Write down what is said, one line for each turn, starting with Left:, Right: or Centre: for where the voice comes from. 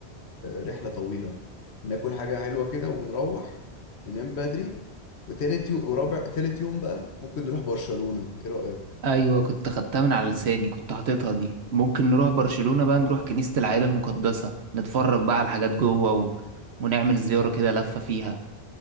Left: آه، رحلة طويلة ناكل حاجة حلوة كده ونروح ننام بدري وتالت يوم ورابع تالت يوم بقى ممكن نروح برشلونة ايه رأيك؟
Right: ايوه كنت خدتها من على لساني كنت حاططها دي ممكن نروح برشلونة بقى نروح كنيسة العائلة المقدسة نتفرج بقى على الحاجات جوه و... ونعمل زيارة كده لفة فيها